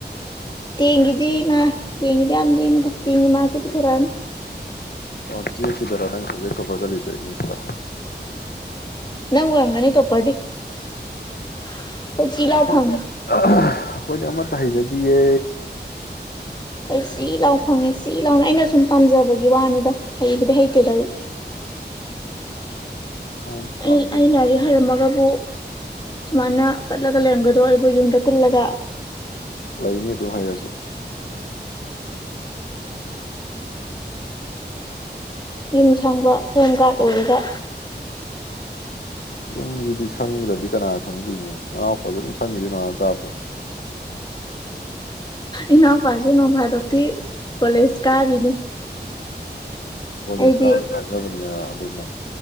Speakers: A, on the left; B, on the left.
A: ꯇꯦꯟꯒꯤꯗꯤ ꯃꯥ ꯇꯦꯟꯒꯤꯗꯤ ꯌꯥꯝ ꯅꯦꯝꯃꯤꯗ ꯇꯦꯟꯒꯤ ꯃꯥꯛꯇꯤ ꯄꯨꯊꯣꯛꯔꯛꯑꯅꯨ꯫
B: ꯑꯣ ꯇꯨꯋꯦꯞꯀꯤꯗꯔꯣ ꯅꯪꯅ ꯁꯕꯖꯦꯛ ꯇꯣꯄꯔ ꯆꯠꯂꯤꯖꯦ ꯏꯪꯂꯤꯁꯇ꯫
A: ꯅꯪ ꯑꯣꯏꯔꯝꯒꯅꯤ ꯇꯣꯄꯔꯗꯤ ꯑꯩꯈꯣꯏ ꯆꯤ
B: ꯑꯩꯈꯣꯏꯗꯤ
A: ꯂꯥꯎ ꯐꯪꯉꯤ꯫
B: ꯑꯩꯈꯣꯏꯗꯤ ꯑꯃꯠꯇ ꯍꯩꯖꯗꯤꯌꯦ꯫
A: ꯑꯩ ꯆꯤ ꯂꯥꯎ ꯐꯪꯉꯦ ꯆꯤ ꯂꯥꯎꯅ ꯑꯩꯅ ꯁꯨꯝ ꯄꯥꯝꯖꯕꯒꯤ ꯋꯥꯅꯤꯗ ꯍꯩꯕꯨꯗꯤ ꯍꯩꯇꯦꯗ ꯑꯩ꯫
B: ꯍꯣꯏꯅꯦ
A: ꯑꯩ
B: ꯄꯥꯝꯖꯕ
A: ꯑꯩ ꯂꯥꯏꯔꯤꯛ ꯍꯩꯔꯝꯃꯒꯕꯨ ꯁꯨꯃꯥꯏꯅ ꯄꯠꯂꯒ ꯂꯩꯔꯝꯒꯗ꯭ꯔꯣ ꯑꯩꯕꯨ ꯌꯨꯝꯗ ꯀꯨꯜꯂꯒ꯫
B: ꯂꯩꯅꯤ ꯑꯗꯨꯝ ꯍꯩꯔꯖꯨ꯫
A: ꯌꯨꯝ ꯁꯪꯕ ꯍꯣꯝ ꯒꯥꯠ ꯑꯣꯏꯔꯒ꯫
B: ꯌꯨꯝꯖꯤꯗꯤ ꯁꯪꯗ꯭ꯔꯗꯤ ꯀꯅꯥ ꯁꯪꯕꯤꯅꯤ ꯑꯅꯥꯎꯄꯥꯖꯨ ꯑꯗꯨꯝ ꯁꯪꯉꯤꯗꯨꯗꯤ ꯅꯨꯡꯉꯥꯗꯩ ꯅꯨꯃꯤꯠꯇꯥꯕꯧ꯫
A: ꯏꯅꯥꯎ ꯄꯥꯖꯨ ꯅꯣꯡ ꯐꯥꯗꯣꯛꯇꯤ ꯀꯣꯂꯦꯖ ꯀꯥꯔꯤꯅꯤ꯫
B: ꯀꯣꯂꯤꯁ
A: ꯑꯩꯗꯤ
B: ꯑꯗꯨꯖꯨ ꯀꯥꯕꯅꯀꯥꯖꯕꯅꯤꯗꯅ ꯑꯗꯨꯅ